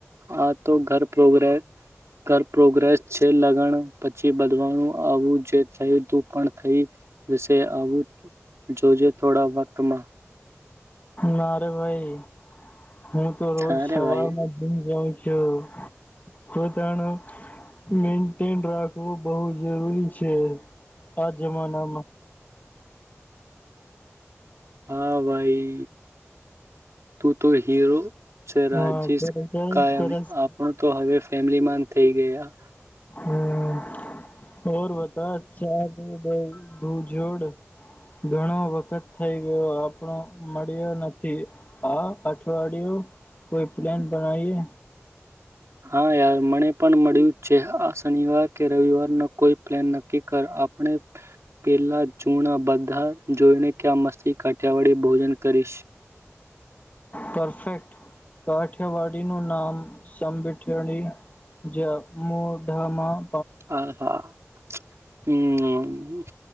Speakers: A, on the right (about 65°); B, on the left (about 35°).
A: હાતો ઘર પ્રોગ્રેસ ઘર પ્રોગ્રેસ છે, લગ્ન પછી બદવાનું આવું જે થયું તું પણ થઈ, જ આવું જોજે થોડા વખતમાં,
B: નારે ભાઈ હુંતો રોજ
A: અરે
B: સવારમાં,
A: ભાઈ
B: જાઉં છું પોતાનો મેન્ટેન રાખીશ. તો બહુ જરૂરી છે, આ જમાનામાં
A: હા ભાઈ તુંતો હીરો, છે,
B: હા
A: રાજેશ
B: સરસ સરસ
A: કાયમ
B: સરસ
A: આપણુંતો હવે ફેમલીમાન થઇ ગયા.
B: હા બઘા ચારભૂ જોડ. ઘણો વખત થઈ ગયો આપ, આપો મળ્યો નથી, આ અઠવાડિયુ કોઈ પ્લેન બનાવીએ.
A: હા યાર મને પણ મળ્યું છે, આ શનિવાર કે રવિવાર ન કોઈ પ્લેન નક્કી કર આપણે. પેલા ચૂણા બધા જોઈને ક્યાં મસ્તી કાઠિયાવાડી ભોજન કરીશ. <inaudible>
B: પરફેક્ટ કાઠિયાવાડીનું નામ સાગઠીયાણી, જે મોઢમાં,
A: હ, હા, હું